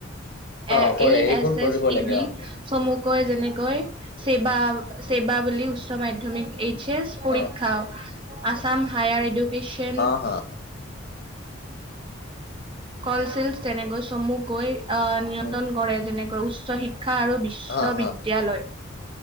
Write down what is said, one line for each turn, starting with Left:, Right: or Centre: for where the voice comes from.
Right: এ,
Left: অ কৰে
Right: এ
Left: এইবোৰ
Right: এছ,
Left: কৰিব
Right: এছ ই
Left: লাগে
Right: বি।
Left: অ
Right: চমুকৈ যেনেকৈ ছেবা, ছেবা বুলি উচ্চ মাধ্যমিক এইচ এছ।
Left: অ
Right: পৰীক্ষাও আচাম হায়াৰ ইডুকেশ্যন
Left: অ হা
Right: কলচেল তেনেকৈ চমুকৈ আহ নিয়ন্ত্ৰণ
Left: উম
Right: কৰে যেনেকৈ উচ্চ শিক্ষা আৰু বিশ্ববিদ্যালয়।
Left: হা হা